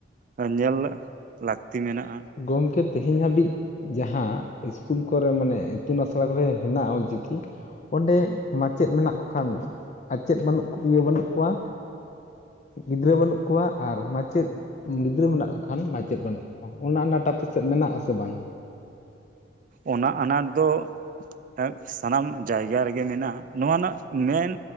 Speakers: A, on the right; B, on the left.
A: ᱮ ᱧᱮᱞ <inaudible> ᱞᱟᱹᱠᱛᱤ ᱢᱮᱱᱟᱜᱼᱟ ᱾
B: ᱜᱚᱝᱠᱮ ᱛᱮᱦᱮᱧ ᱦᱟᱹᱵᱤᱡ ᱡᱟᱦᱟᱸ ᱤᱥᱠᱩᱞ ᱠᱚᱨᱮ ᱢᱟᱱᱮ ᱤᱛᱩᱱ ᱟᱥᱲᱟ ᱠᱚᱨᱮ ᱦᱮᱱᱟᱜᱼᱟ ᱚᱞ ᱪᱤᱠᱤ ᱚᱸᱰᱮ ᱢᱟᱪᱮᱫ ᱢᱮᱱᱟᱜ ᱠᱚ ᱠᱷᱟᱱ, ᱟᱪᱮᱫ ᱵᱟᱹᱱᱩᱜ ᱤᱭᱹᱟ ᱵᱟᱹᱱᱩᱜ ᱠᱚᱣᱟ᱾ ᱜᱤᱫᱽᱨᱟᱹ ᱵᱟᱹᱱᱩᱜ ᱠᱩᱣᱟ ᱟᱨ ᱢᱟᱪᱮᱫ <inaudible> ᱜᱤᱫᱽᱨᱟᱹ ᱢᱮᱱᱟᱜ ᱠᱚ ᱠᱷᱟᱱ ᱢᱟᱪᱮᱫ ᱵᱟᱹᱱᱩᱜ ᱠᱚᱣᱟ᱾ ᱚᱱᱟ ᱚᱱᱟᱴᱟᱜ ᱟᱯᱮ ᱥᱮᱫ ᱢᱮᱱᱟᱜ ᱟᱥᱮ ᱵᱟᱝ?
A: ᱚᱱᱟ ᱟᱱᱟᱴ ᱫᱚ <unintelligible> ᱥᱟᱱᱟᱢ ᱡᱟᱭᱜᱟ ᱨᱮᱜᱮ ᱢᱮᱱᱟᱜᱼᱟ ᱱᱚᱣᱟ ᱨᱮᱱᱟᱜ ᱢᱮᱱ